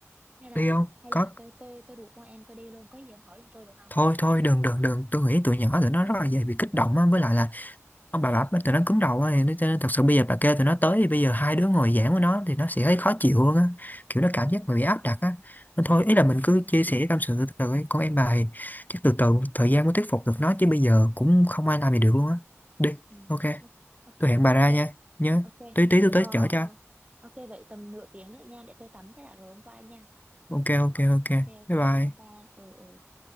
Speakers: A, on the right; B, on the left.
A: hay là
B: đi không
A: hay
B: có
A: là tôi tôi tôi rủ con em tôi đi luôn có gì ông hỏi giùm tôi được không
B: thôi thôi đừng đừng đừng tôi nghĩ tụi nhỏ tụi nó rất là dễ bị kích động á với lại là ông bà bà tụi nó cứng đầu á thì nó- cho nên thật sự bây giờ bà kêu tụi nó tới thì bây giờ hai đứa ngồi giảng với nó thì nó sẽ thấy khó chịu hơn á kiểu nó
A: ừ
B: cảm giác mà bị áp đặt á Nên thôi
A: ừ,
B: ý là mình cứ chia sẻ tâm sự từ từ ấy. con em bà thì chắc từ từ thời gian mới thuyết phục được nó chứ bây giờ cũng không ai làm gì được luôn á đi
A: ừ.
B: ok
A: ok ok
B: tôi hẹn bà ra
A: vậy
B: nha nhớ
A: ok
B: tí tí tôi
A: ờ,
B: tới chở cho
A: ok vậy tầm nửa tiếng nữa nha để tôi tắm cái đã rồi hôm qua nha
B: ok ok ok
A: ok ok
B: bye bye
A: bye bye ừ ừ